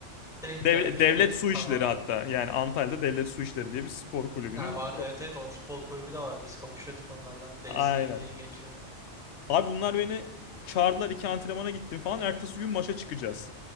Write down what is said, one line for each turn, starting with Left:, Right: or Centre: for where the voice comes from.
Centre: Denk
Left: Devlet,
Centre: gelmiş
Left: devlet
Centre: yani
Left: su
Centre: tamamen.
Left: işleri hatta. Yani Antalya'da devlet su işleri diye bir spor kulübünün.
Centre: Ha, var evet
Left: Korkuyorum.
Centre: evet onun futbol kulübü de vardı. Biz kapışıyorduk onlarla. DSI
Left: Aynen.
Centre: diye geçiyor.
Left: Abi bunlar beni çağırdılar iki antrenmana gittim falan. Ertesi gün maça çıkacağız.